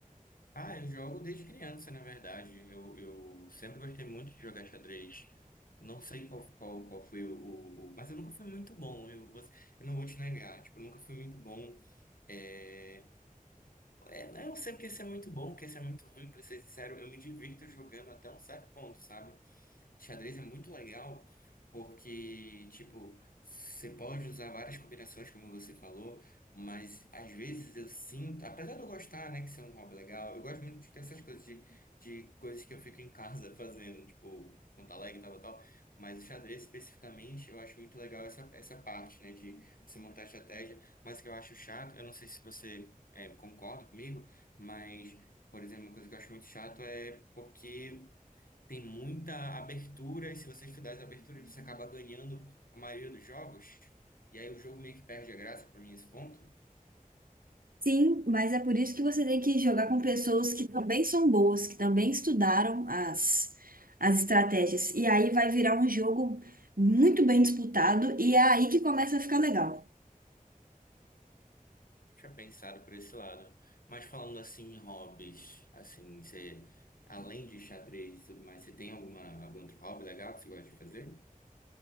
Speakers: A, on the left; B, on the right.
A: Ah, eu jogo desde criança, na verdade. Eu, eu sempre gostei muito de jogar xadrez. Não sei qual, qual, qual foi o, o- o- Mas eu nunca fui muito bom. Eu, vou- eu não vou te negar. Tipo, eu nunca fui muito bom. É... É, eu não sei o que esse é muito bom, o que esse é muito ruim, pra ser sincero. Eu me divirto jogando até um certo ponto, sabe? Xadrez é muito legal porque, tipo, você pode usar várias combinações, como você falou, mas às vezes eu sinto, apesar de eu gostar, né, que isso é um hobby legal, eu gosto muito de ter essas coisas, de, de coisas que eu fico em casa <laughs> fazendo, tipo, montar Lego e tal, tal, tal, mas o xadrez especificamente eu acho muito legal essa, essa parte, né, de você montar estratégia, mas o que eu acho chato, eu não sei se você eh, concorda comigo, mas. Por exemplo, uma coisa que eu acho muito chato é porque tem muita abertura, e se você estudar as aberturas, você acaba ganhando a maioria dos jogos, e aí o jogo meio que perde a graça para mim nesse ponto.
B: Sim, mas é por isso que você tem que jogar com pessoas que também são boas, que também estudaram as, as estratégias. E aí vai virar um jogo muito bem disputado, e é aí que começa a ficar legal.
A: Tinha pensado por esse lado. Mas falando assim em hobbies, assim, você, além de xadrez e tudo mais, você tem alguma, algum outro hobby legal que você gosta de fazer?